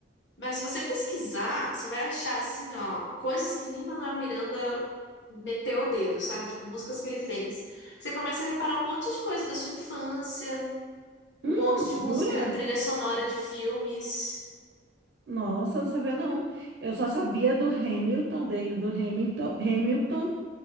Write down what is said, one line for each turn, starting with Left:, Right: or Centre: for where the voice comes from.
Left: Mas se você pesquisar, você vai achar, assim, ó, coisas que Lin-Manuel Miranda meteu o dedo, sabe? Tipo, músicas que ele fez. Você começa a reparar um monte de coisa da sua infância. Um
Right: Hum,
Left: monte de música,
Right: jura?
Left: trilha sonora de filmes.
Right: Nossa, não sabia não. Eu só sabia do Hamilton dele, do Hamilton, Hamilton,